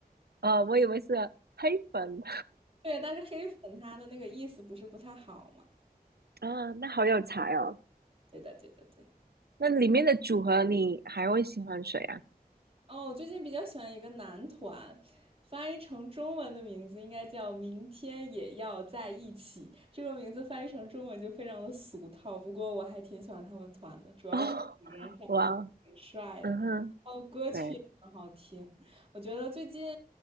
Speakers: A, on the right; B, on the right.
A: 哦，我以为是黑粉
B: 对，但是黑粉他的那个意思不是不太好嘛？
A: <laughs> 啊，那好有才哦。
B: 对的，对的，对的。
A: 那里面的组合你还会喜欢谁啊？
B: 哦，我最近比较喜欢一个男团，翻译成中文的名字应该叫“明天也要在一起”。这个名字翻译成中文就非常的俗套，不过我还挺喜欢他们团的，主要是每个人长得都挺帅的，
A: 哦，哇，嗯哼，
B: 哦，歌曲也很好听。
A: 对，
B: 我觉得最近